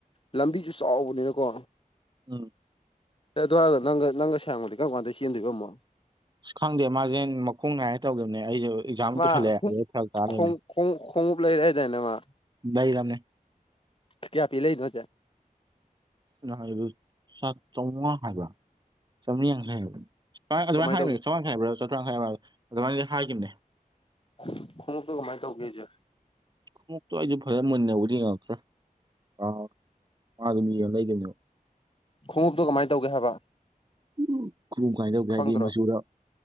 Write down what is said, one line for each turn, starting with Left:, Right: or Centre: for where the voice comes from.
Left: ꯂꯝꯕꯤꯁꯨ ꯆꯥꯎꯕꯅꯤꯅꯀꯣ
Right: ꯎꯝ
Left: ꯑꯗꯨꯋꯥꯔꯗ ꯅꯪꯒ ꯅꯪꯒ ꯁꯥꯡꯉꯕꯗꯤ ꯀꯔ ꯀꯥꯟꯗ ꯆꯦꯟꯗꯣꯏꯕꯝꯃꯣ
Right: ꯑꯁ ꯈꯪꯗꯦ ꯃꯥꯁꯦ ꯃꯈꯣꯡ ꯅꯥꯏꯌꯦ ꯇꯧꯒꯤꯕꯅꯦ ꯑꯩꯁꯨ ꯑꯦꯛꯖꯥꯝ
Left: ꯃꯥ
Right: ꯇꯧꯁꯜꯂꯛꯑꯦ ꯑꯗꯩ ꯐꯔꯛ ꯇꯥ ꯂꯩꯔꯝꯅꯦ
Left: ꯈꯣꯡ ꯈꯣꯡꯎꯞ ꯂꯩꯔꯦ ꯍꯥꯏꯗꯥꯅꯦ ꯃꯥ
Right: ꯩꯔꯃꯦ
Left: ꯀꯌꯥ ꯄꯤ ꯂꯩꯅꯣ ꯍꯥꯏꯖꯦ
Right: ꯅꯍꯥꯟꯒꯤꯗꯣ ꯆꯧꯉꯥ ꯍꯥꯏꯕ꯭ꯔꯥ ꯆꯥꯝꯃꯔꯤ ꯌꯥꯡꯈꯩ ꯁꯃꯥꯏ ꯑꯗꯨꯃꯥꯏꯅ
Left: ꯀꯃꯥꯏ
Right: ꯍꯥꯏꯕꯅꯦ
Left: ꯇꯧꯒꯦ
Right: ꯆꯥꯃꯉꯥꯌꯥꯡꯈꯩ ꯍꯥꯏꯕ꯭ꯔꯥ ꯆꯥꯇ꯭ꯔꯨꯛꯌꯥꯡꯈꯩ ꯍꯥꯏꯕ꯭ꯔꯥ ꯑꯗꯨꯃꯥꯏꯅ ꯍꯥꯏꯈꯤꯕꯅꯦ
Left: ꯈꯣꯡꯉꯨꯞꯇꯨ ꯉꯃꯥꯏ ꯇꯧꯒꯦꯖꯦ
Right: ꯈꯣꯉꯨꯞꯇꯣ ꯑꯩꯁꯨ ꯐꯖꯅ ꯃꯨꯟꯅꯕꯨꯗꯤ ꯌꯦꯉꯛꯇ꯭ꯔꯦ꯫ ꯑꯥ ꯃꯥꯗ ꯃꯤꯌꯦ ꯂꯩꯒꯅꯦꯕ
Left: ꯈꯣꯡꯎꯞꯇꯣ ꯀꯃꯥꯏ ꯇꯧꯒꯦ ꯍꯥꯏꯕ
Right: ꯎ ꯀꯨꯝ ꯀꯥꯏꯅꯗꯧꯒꯦ
Left: ꯈꯪꯗ꯭ꯔꯣ
Right: ꯍꯥꯏꯗꯤ ꯃꯆꯨꯗ